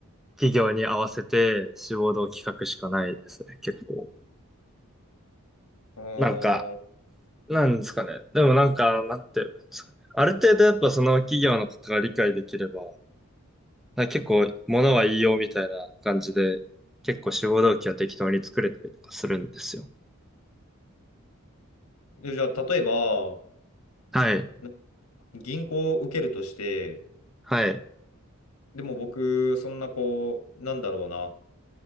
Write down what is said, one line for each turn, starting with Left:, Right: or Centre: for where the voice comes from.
Centre: 企業に合わせて志望動機書くしかないですね、結構。
Left: ー
Centre: なんか、なんですかね。でもなんか、なんて言うんですかね。ある程度やっぱその企業のことが理解できれば、なんか結構物は言いようみたいな感じで、結構志望動機は適当に作れたりとかするんですよ。
Left: でじゃあ、例えば、
Centre: はい。
Left: な銀行を受けるとして、
Centre: はい。
Left: でも僕、そんなこう、なんだろうな、